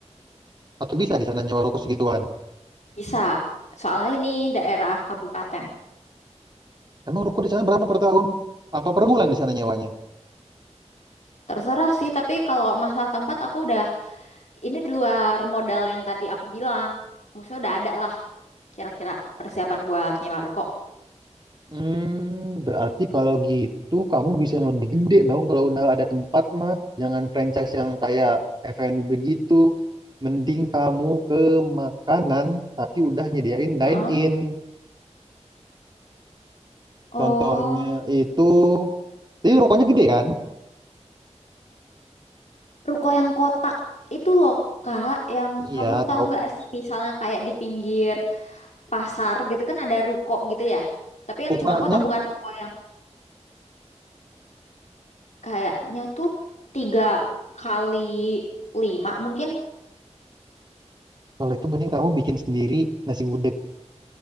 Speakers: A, on the right; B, on the left.
A: atau bisa di sana nyewa ruko segituan
B: Bisa. Soalnya ini daerah kabupaten.
A: emang ruko di sana berapa per tahun apa per bulan di sana nyewanya
B: Terserah sih, tapi kalau masalah tempat aku udah ini di luar modal yang tadi aku bilang. Maksudnya udah ada lah kira-kira persiapan buat nyewa ruko.
A: Hmm, berarti kalau gitu kamu bisa yang lebih gede dong kalau udah ada tempat mah. Jangan franchise yang kayak F&B begitu. Mending kamu ke makanan tapi udah nyediain dine-in.
B: Heeh. Oh.
A: Contohnya itu, jadi rokoknya gede kan?
B: Ruko yang kotak itu loh Kak, yang
A: Iya,
B: kamu tahu
A: tahu.
B: nggak sih misalnya kayak di pinggir pasar gitu kan ada ruko gitu ya. Tapi yang
A: Ukurannya,
B: cuma kotak bukan ruko yang kayaknya tuh tiga kali lima mungkin.
A: kalau itu mending kamu bikin sendiri nasi gudeg.